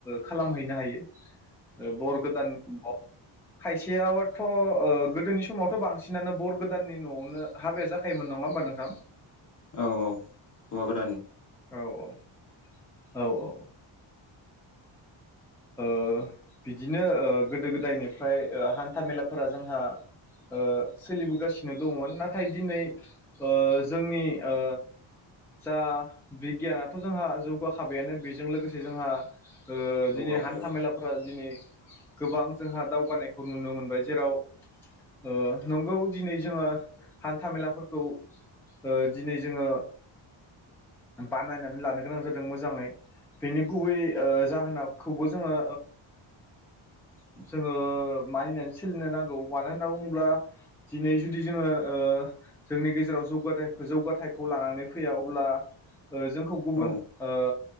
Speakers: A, in the centre; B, on the left.
A: खालामहैनो हायो ओ बर गोदाननि न'वाव
B: <inaudible>
A: खायसेआथ' ओ गोदोनि समावथ' बांसिनानो बर गोदाननि न'वावनो हाबाया जाखायोमोन नङा होमबा नोंथां
B: औ-औ हौवा गोदान
A: औ-औ-औ-औ ओ बिदिनो ओ गोदो गोदायनिफ्राय ओ हान्था मेलाफोरा जोंहा ओ सोलिबोगासिनो दंमोन नाथाय दिनै ओ जोंनि ओ जा बिगियानआथ' जोंहा जौगाखाबायानो बेजों लोगोसे जोंहा ओ
B: जौगाबाय
A: दिनै हान्था
B: औ
A: मेलाफोरा दिनै गोबां जोंहा दावगानायखौ नुनो मोनबाय जेराव ओ नंगौ दिनै जोङो हान्था मेलाफोरखौ ओ दिनै जोङो बानायनानै लानो गोनां जादों मोजाङै बेनि गुबै ओ जाहोनखौबो जोङो
B: <inaudible>
A: जोङो मानिनानै सोलिनो नांगौ मानो होनना बुङोब्ला दिनै जुदि जोङो ओ जोंनि गेजेराव जौगा जौगाथाइखौ लानानै फैया अब्ला ओ जोंखौ गुबुन
B: औ
A: ओ